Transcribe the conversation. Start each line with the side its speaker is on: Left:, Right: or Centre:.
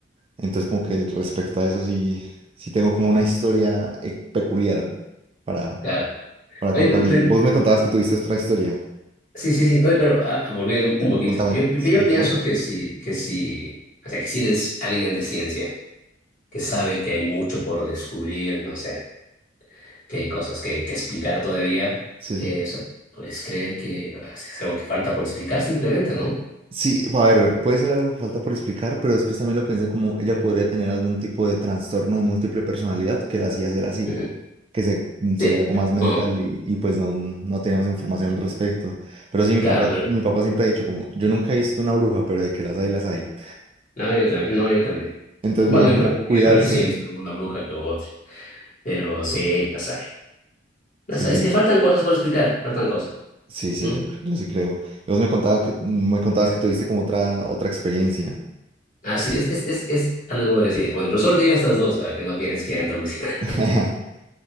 Right: Entonces, como que respecto a eso sí, sí tengo como una historia eh, peculiar para,
Left: claro.
Right: para
Left: Oye,
Right: contar.
Left: pe-
Right: Y
Left: pe-
Right: vos me contabas que tuviste otra historia.
Left: sí, sí, sí. Oye, pero ah, volviendo un poquito.
Right: Contame.
Left: Yo, yo,
Right: Sí,
Left: yo
Right: sí,
Left: pienso
Right: claro.
Left: que si, que si, o sea, que si eres alguien de ciencia que sabe que hay mucho por descubrir, no sé, que hay cosas que, que explicar todavía,
Right: Sí,
Left: eh,
Right: sí.
Left: o sea, puedes creer que es algo que falta por explicar simplemente, ¿no?
Right: Sí, a ver, puede ser algo que falta por explicar, pero después también lo pensé como ella podría tener algún tipo de trastorno de múltiple personalidad que la hacía ser así,
Left: Ujú.
Right: que se, mm, sería
Left: Sí.
Right: algo más mental
Left: Oh,
Right: y, y pues no, no teníamos información al respecto. Pero sí, mi
Left: claro,
Right: papá, mi papá siempre ha dicho como, yo nunca he visto una bruja, pero de que las hay, las hay.
Left: No, yo también. No, yo también.
Right: Entonces
Left: Bueno,
Right: mejor
Left: yo
Right: como
Left: creo, que-
Right: cuidarse.
Left: yo creo que sí he visto una bruja que otra, pero sí, las hay. Las
Right: Sí, sí.
Left: hay. Es que faltan cosas por explicar, faltan cosas,
Right: Sí, sí,
Left: ¿no?
Right: yo, cre- yo sí creo. Y vos me contabas que, me contabas que tuviste como otra, otra experiencia.
Left: Así es, es, es, es algo parecido. Bueno, pero solo tenía estas dos para que no pienses que Andalucía.
Right: <laughs>
Left: <laughs>